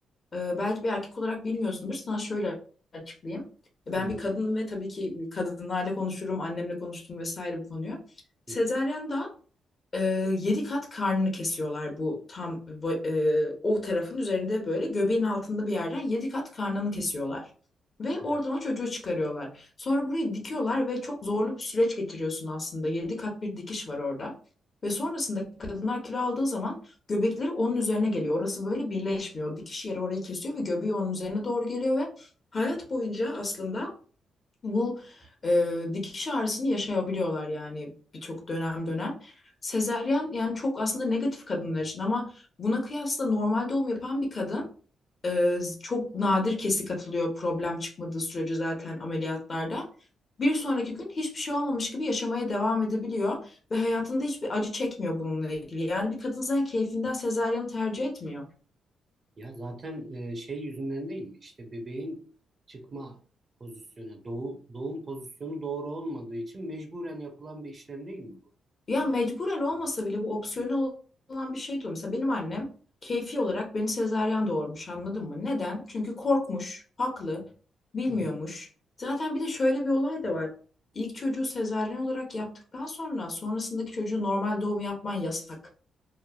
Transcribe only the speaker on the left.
e, belki bir erkek olarak bilmiyorsundur. Sana şöyle açıklayayım. E, Ben
bir kadınım ve tabii ki kadınlarla konuşurum, annemle konuştum vesaire bu konuyu. Sezaryen
da e, yedi kat karnını kesiyorlar bu tam va- e, o tarafın üzerinde böyle göbeğin altında bir yerden yedi kat karnını kesiyorlar. Ve oradan
o çocuğu çıkarıyorlar. Sonra burayı dikiyorlar ve çok zorlu bir süreç geçiriyorsun aslında. Yedi kat bir dikiş var orada. Ve sonrasında kadınlar kilo aldığı zaman göbekleri onun üzerine geliyor. Orası böyle birleşmiyor. Dikiş yeri orayı kesiyor ve göbeği onun üzerine doğru geliyor ve hayat boyunca aslında bu e, dikiş ağrısını yaşayabiliyorlar yani birçok dönem dönem. Sezeryan yani çok aslında negatif kadınlar için ama buna kıyasla normal doğum yapan bir kadın e, çok nadir kesik atılıyor problem çıkmadığı sürece zaten ameliyatlarda. Bir sonraki gün hiçbir şey olmamış gibi yaşamaya devam edebiliyor ve hayatında hiçbir acı çekmiyor bununla ilgili. Yani bir kadın zaten keyfinden
sezaryanı tercih etmiyor.
Ya mecburen olmasa bile bu opsiyonel olan bir şey de olur. Mesela benim annem keyfi olarak beni sezaryen doğurmuş anladın mı? Neden? Çünkü korkmuş, haklı, bilmiyormuş.
Zaten bir de şöyle bir olay da var. İlk çocuğu sezaryen olarak yaptıktan sonra sonrasındaki çocuğu normal doğum yapman yasak.